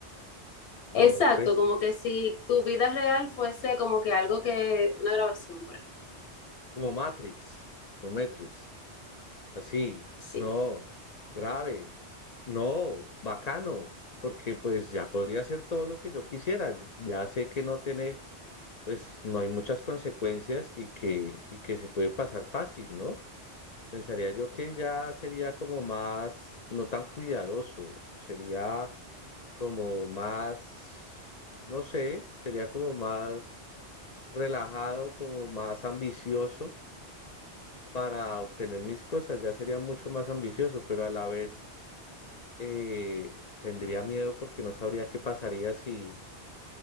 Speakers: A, on the left; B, on the left.
A: No,
B: exacto,
A: pues,
B: como que si tu vida real fuese como que algo que una grabación, por ejemplo.
A: como Matrix, como Matrix. Así,
B: Sí.
A: no, grave, no, bacano, porque pues ya podría hacer todo lo que yo quisiera. Ya sé que no tiene, pues no hay muchas consecuencias y que, y que se puede pasar fácil, ¿no? Pensaría yo que ya sería como más, no tan cuidadoso, sería como más, no sé, sería como más relajado, como más ambicioso para obtener mis cosas, ya sería mucho más ambicioso, pero a la vez eh, tendría miedo porque no sabría qué pasaría si,